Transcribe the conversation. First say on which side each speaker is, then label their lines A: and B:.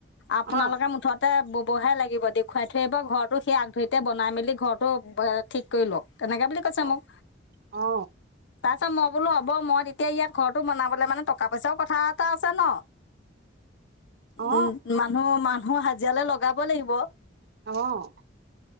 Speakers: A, on the left; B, on the right.
A: আপোনালোকে
B: অ
A: মুঠতে বব বব হে লাগিব দেখুৱাই থৈ আহিব ঘৰটো সেই আগধৰিতে বনাই মেলি ঘৰটো বে, ঠিক কৰি লওঁক। তেনেকে বুলি কৈছে
B: অ
A: মোক,
B: অ
A: তাত মই বোলো হ'ব, মই তেতিয়া ইয়াত ঘৰ বনাবলে মানে টকা পইচাও কথা এটা আছ ন
B: অ
A: উম, মানুহ, মান হো, হাজিৰালে লগাব, লাগিব।
B: অ',